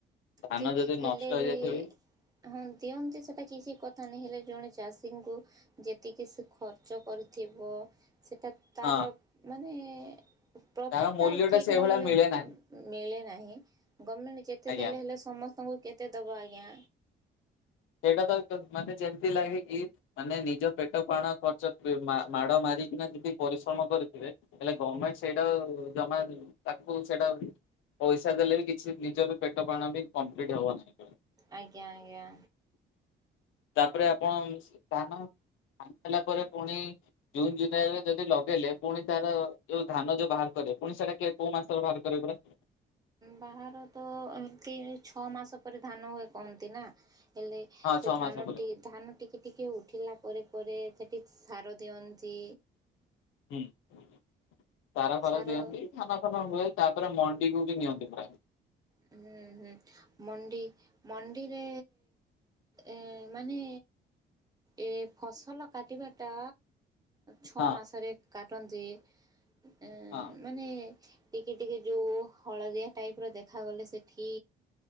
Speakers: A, on the left; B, on the right.
A: ଧାନ
B: ଯେ
A: ଯଦି
B: ହେଲେ
A: ନଷ୍ଟ ହେଇଯାଇଥିବ
B: ବି ହଁ ଦିଅନ୍ତି ସେଟା କିଛି କଥା ନାହିଁ। ହେଲେ ଜଣେ ଚାଷୀଙ୍କୁ ଯେତିକି ସେ ଖର୍ଚ୍ଚ କରିଥିବ। ସେଇଟା ତର
A: ହଁ
B: ମାନେ ପ୍ରଫିଟ୍ଟା
A: ତାର ମୂଲ୍ୟ
B: ଠିକ୍
A: ଟା ସେଇଭଳିଆ
B: ମୂଲ୍ୟ ମି
A: ମିଳେ ନାହିଁ
B: ମିଳେ ନାହିଁ। ଳେ ଗମେଣ୍ଟ୍ ଯେତେ ଲେ
A: ଆଜ୍ଞା।
B: ହେଲେ ସମସ୍ତଙ୍କୁ କେ ତେ ଦବ ଆଞା।
A: ସେଇଟା ତ ମତେ ଯେମିତି ଲାଗେ କି ମାନେ ନିଜ ପେଟ ପାାଣ ଖର୍ଚ୍ଚ ଉ ମା ମାଡ଼ ମାରିକି। ନା ଯଦି ପରିଶ୍ରମ କରିଥିବେ ହେଲେ ଗଭର୍ଣ୍ଣମେଣ୍ଟ ସେଇଟା ଜମା ତାକୁ ସେଇଟା ପଇସା ଦେଲେ ବି କିଛି ନିଜ ବି ପେଟ ପାଣ ବି କମ୍ପ୍ଲିଟ ହେବ ନାହିଁ।
B: ଆଜ୍ଞା ଆଜ୍ଞା
A: ତାପରେ ଆପଣ ଧାନ ଧାନ ହେଲା ପରେ ପୁଣି ଜୁନ ଜୁଲାଇ ରେ ଯଦି ଲଗେଇଲେ ପୁଣି ତାର ଯୋଉ ଧାନ ଯୋଉ ବାହାର କରେ ପୁଣି ସେଟା କିଏ କୋଉ ମାସରେ ବାହାର କରିବ ପରା
B: ବାହାର ତ ଏମିତି ଛଅ ମାସ ପରେ ଧାନ ହୁଏ କହନ୍ତି ନା ହେଲେ
A: ହଁ
B: ସେ
A: ଛଅ
B: ଧାନ
A: ମାସ ପରେ
B: ଟିକେ ଧାନ ଟିକେ ଟିକେ ଉଠିଲା ପରେ ପରେ ସେଠି ସାର ଦିଅନ୍ତି
A: ହୁଁ ସାର ଫାର
B: ସାର
A: ଦିଅନ୍ତି ଧାନ ଫାନ ହୁଏ ତାପରେ ମଣ୍ଡିକୁ ବି ନିଅନ୍ତି। ହଉ।
B: ହୁଁ ହୁଁ ମଣ୍ଡି ମଣ୍ଡିରେ ଏ ମାନେ ଏ ଫସଲ କାଟିବାଟା ଛଅ
A: ହଁ
B: ମାସରେ କା କାଟନ୍ତି। ଅ
A: ହଁ।
B: ମାନେ ଟିକେ ଟିକେ ଯୋଉ ହଳଦିଆ ଟାଇପ ର ଦେଖା ଦେଖାଗଲେ ସେଠି